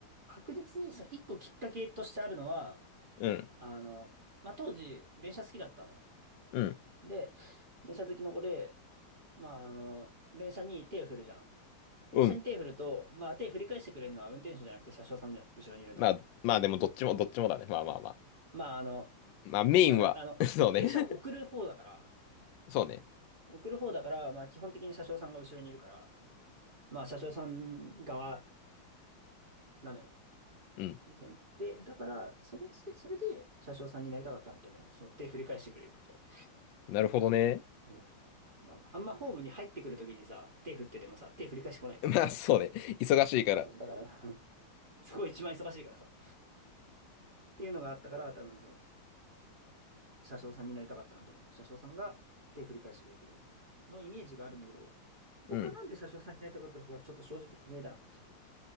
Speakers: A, on the right; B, on the left.
A: 確実にその一個きっかけとしてあるのは、
B: うん。
A: あの、まあ、当時、電車好きだったのよ。
B: うん。
A: で、電車好きの子で、まあ、あの、電車に手を振るじゃん。電車に手を振ると、
B: うん。
A: まあ、手振り返してくれるのは運転手じゃなくて車掌さんじゃん。後ろにいるんだから。
B: まあ、まあでもどっちも、どっちもだね。まあまあまあ。
A: まあ、あの、
B: まあメインは、
A: なんだ、あの、
B: <laughs> そうね。
A: 電車を送る方だから、
B: <laughs> そうね。
A: 送る方だから、まあ、基本的に車掌さんが後ろにいるから、まあ、車掌さん側なのよ。
B: うん。
A: 基本で、だから、それはせ、それで車掌さんになりたかったなと思う。その手振り返してくれると。
B: なるほどね。
A: うんまあ、あんまホームに入ってくるときにさ、手振っててもさ、手振り返してこないじ
B: <laughs> まあそうね。忙しいから。
A: ゃん。だから、<laughs> そこ一番忙しいからさ。っていうのがあったから、多分その、車掌さんになりたかったなと思う。車掌さんが手振り返してくれてるようなのイメージがあるんだけど、
B: うん。
A: 他なんで車掌さんになりたかったのかちょっと正直不明だな。